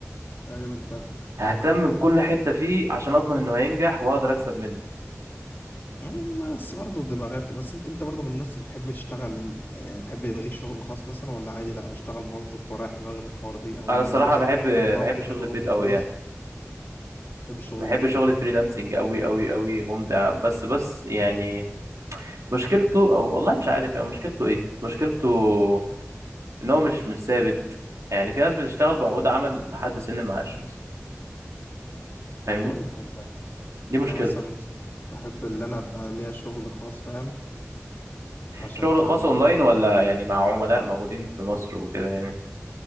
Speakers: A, on the left (about 35°); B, on the right (about 80°).
A: ايوه انا فاهم
B: ههتم بكل حته فيه عشان اضمن انه هينجح واقدر اكسب منه
A: مم، بس برضه دماغات بس انت انت برضه من الناس اللي بتحب تشتغل يعني تحب يبقى ليك شغل خاص مثلا ولا عادي لا انا اشتغل موظف ورايح دماغي من الحوار دي او
B: انا الصراحه
A: عامه
B: بحب
A: طالما
B: بحب
A: قبض
B: شغل
A: حلو
B: البيت
A: قبض
B: قوي
A: كويس
B: يعني
A: تحب الشغل
B: بحب
A: اونلاين
B: شغل فريلانسنج قوي قوي قوي ممتع بس بس يعني مشكلته او والله مش عارف يعني مشكلته ايه مشكلته ان هو مش مش ثابت يعني في ناس بتشتغل بعقود عمل لحد سن المعاش مثلا
A: ما
B: فاهمني
A: انا بقول لك انت
B: دي مشكلته
A: انا مثلا من الناس بحب اللي انا ابقى ليا شغل خاص فاهم عشان
B: شغل خاص
A: آه،
B: اونلاين ولا يعني مع عملاء موجودين في مصر وكده يعني